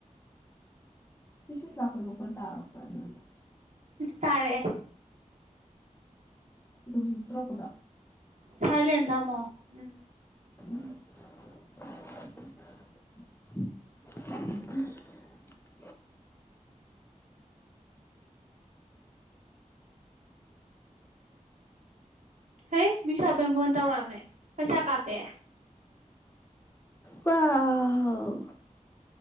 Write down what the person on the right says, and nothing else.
ꯇꯥꯥꯔꯛꯑꯦ
ꯁꯥꯏꯂꯦꯟ ꯊꯝꯃꯣ ꯎꯝ
ꯍꯩ ꯃꯤꯁꯝ ꯐꯣꯟ ꯇꯧꯔꯛꯑꯝꯃꯦ ꯄꯩꯁꯥ ꯀꯥꯞꯄꯦ